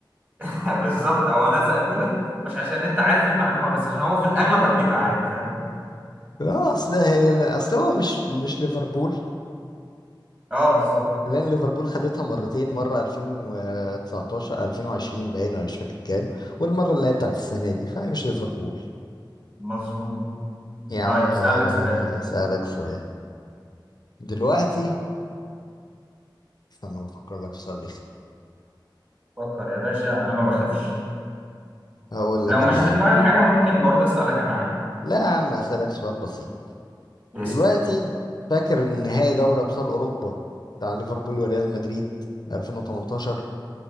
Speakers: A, on the right; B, on the left.
A: <laughs> بالظبط او انا سأله لك مش عشان انت عارف المعلومه بس عشان هو في الاغلب هتجيبها عادي فاهم
B: اه اصل اصل هو مش مش ليفربول
A: اه بالظبط
B: لان ليفربول خدتها مرتين مره 2019 2020 باين ولا مش فاكر كام والمره اللي هي بتاعت السنه دي فهي مش ليفربول
A: مظبوط
B: يا
A: طيب
B: عم آه،
A: اسالك سؤال
B: اسالك سؤال دلوقتي استنى بفكر لك في سؤال
A: فكر يا باشا انا ما بخافش
B: هقول لك
A: لو مش
B: انا
A: في
B: يا
A: دماغك
B: عم
A: حاجه ممكن برضه اسالك انا عادي
B: لا يا عم اسالك سؤال بسيط
A: اسال
B: دلوقتي فاكر نهائي دوري ابطال اوروبا بتاع ليفربول وريال مدريد 2018